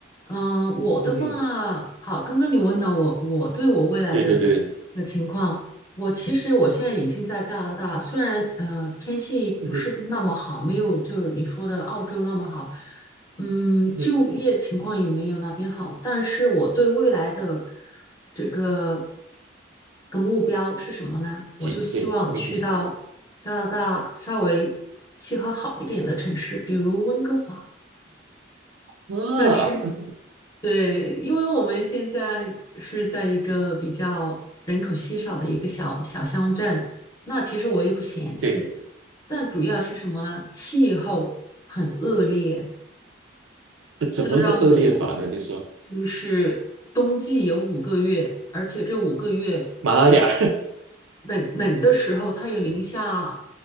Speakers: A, on the left; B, on the right.
A: 嗯、我的话，
B: 嗯哼，
A: 好，刚刚你问了我，我对我未来的的情况，
B: 对对对对，
A: 我其实我现在已经在加拿大，虽然呃天气不是那么好，
B: 嗯哼，
A: 没有就是你说的澳洲那么好，嗯，
B: 嗯哼，
A: 就业情况也没有那边好，但是我对未来的这个个目标是什么呢？我就希望去到加拿大稍微气候好一点的城市，
B: 鸡对嗯
A: 比如温哥华。
B: 哼，
A: 但是，
B: 啊，<laughs>
A: 对，因为我们现在是在一个比较人口稀少的一个小小乡镇，那其实我也不嫌弃，
B: 对，
A: 但主要是什么呢？气候很恶劣。
B: 呃怎么个恶劣法呢？
A: 这让我
B: 你说，
A: 就是冬季有五个月，而且这五个月
B: 妈呀，
A: 冷冷的时候，它有零下